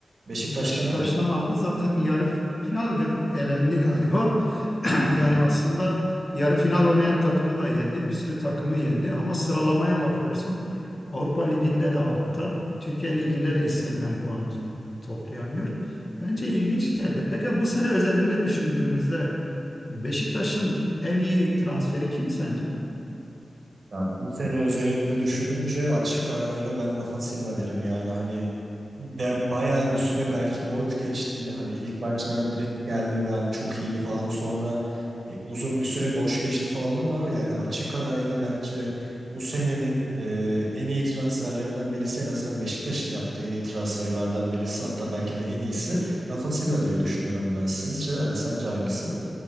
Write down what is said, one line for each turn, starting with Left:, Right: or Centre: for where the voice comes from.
Right: Beşiktaş'tan
Left: Beşiktaş'tan
Right: aldı.
Left: aldı. Zaten yarı finalde elendi galiba. <clears throat>
Right: Aynen.
Left: Yani aslında yarı final oynayan takımı da yendi. Bir sürü takımı yendi ama sıralamaya bakıyorsun. Avrupa Ligi'nde de altta, Türkiye Ligi'nde de istenilen puanı t- toplayamıyor. Bence ilginç geldi. Peki bu sene özelinde düşündüğümüzde Beşiktaş'ın en iyi transferi kim sence?
Right: Ya bu sene özelinde düşününce açık arayla ben Rafa Silva derim yani hani ve bayağı bir süre belki boş geçti. Hani ilk maçlarda direkt geldi ve hani çok iyiydi falan. Sonra e, uzun bir süre boş geçti falan ama yani açık arayla bence bu senenin e, en iyi transferlerinden birisi en azından Beşiktaş'ın yaptığı en iyi transferlerden birisi hatta belki de en iyisi Rafa Silva diye düşünüyorum ben. Sizce hani sence hangisi?